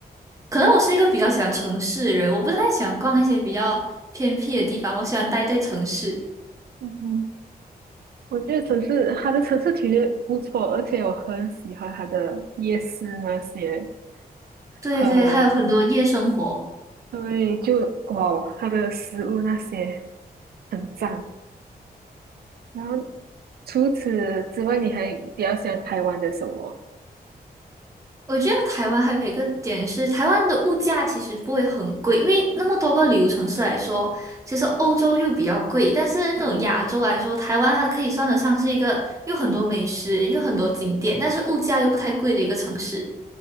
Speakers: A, on the right; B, on the right.
A: 可能我是一个比较喜欢城市的人，我不太喜欢逛那些比较偏僻的地方，我喜欢待在城市。
B: 嗯哼，我觉得城市它的城市体验不错，而且我很喜欢它的夜市那些，
A: 对对，
B: 很
A: 还有很多夜生活。
B: 对，就哦，它的食物那些很赞。然后除此之外，你还比较喜欢台湾的什么？
A: 我觉得台湾还有一个点是，台湾的物价其实不会很贵，因为那么多个旅游城市来说，其实欧洲就比较贵，但是那种亚洲来说，台湾它可以算得上是一个有很多美食、有很多景点，但是物价又不太贵的一个城市。